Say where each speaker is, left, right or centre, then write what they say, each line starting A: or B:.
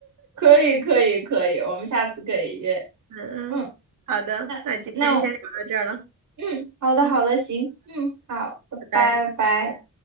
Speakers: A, on the right; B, on the right.
A: 可以，可以，可以，我们下次可以约。
B: 嗯嗯，
A: 嗯，
B: 好的，
A: 那那
B: 那今天先聊到这儿了。
A: 嗯，好的，
B: 嗯，
A: 好的，行，嗯，好，拜拜，
B: 拜拜。
A: 拜拜。